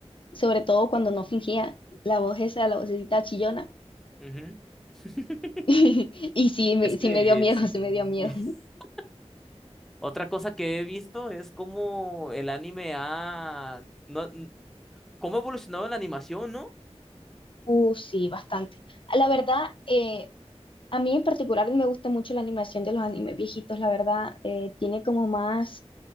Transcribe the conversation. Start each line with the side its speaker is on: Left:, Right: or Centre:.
Left: sobre todo cuando no fingía la voz esa, la vocecita chillona.
Centre: Ujú. <laughs>
Left: <laughs> Y sí me,
Centre: Es que
Left: sí me dio miedo,
Centre: sí.
Left: sí me dio miedo.
Centre: <laughs> Otra cosa que he visto es cómo el anime ha... No, n- cómo ha evolucionado la animación, ¿no?
Left: Uh, sí, bastante. La verdad, eh, a mí en particular me gusta mucho la animación de los animes viejitos, la verdad, eh, tiene como más,